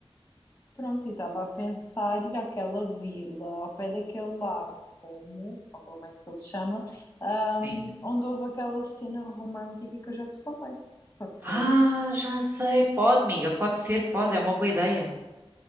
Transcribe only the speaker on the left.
Pronto, e estava a pensar ir àquela vila ao pé daquele lago, como, ou como é que ele se chama, hum,
onde houve aquela cena romântica que eu já te falei. Pode ser?